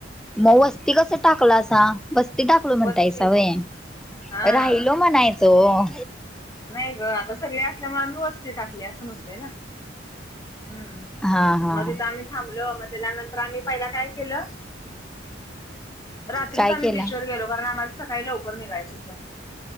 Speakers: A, in the centre; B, on the left.
A: मग वस्ती कस टाकलं असा मस्ती टाकलो म्हणताय
B: वस्ती
A: सवय
B: हा.
A: राहिलो म्हणायचं
B: नाही ग आता सगळे असल्यामुळे आम्ही वस्ती टाकली असं म्हणतय ना हम्म
A: हा हा
B: मग तथं आम्ही थांबल मग त्या त्यानंतर आम्ही पहिला काय केलं रात्रीच
A: काय
B: आम्ही
A: केला
B: बीचवर गेलो कारण आम्हाला सकाळी लवकर निघायचं होतं